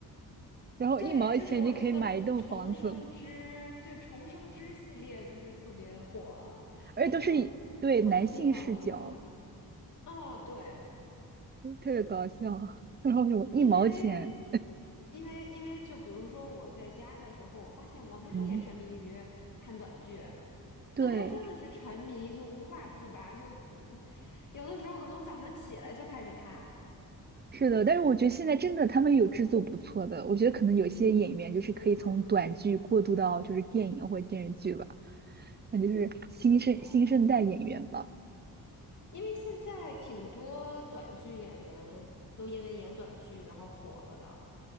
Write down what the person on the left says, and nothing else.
对，就是我觉得《重生之》就《重生之》系列就是特别火，
感觉好多地方都有。哦，对。
因为因为因为就比如说我在家的时候，我发现我妈也沉迷于看短剧，
就她真的是沉迷，就无法自拔，就嗯，有的时候可能早上起来就开始看，
是吗？
哦，因为现在挺多短剧演员都因为演短剧然后火了的。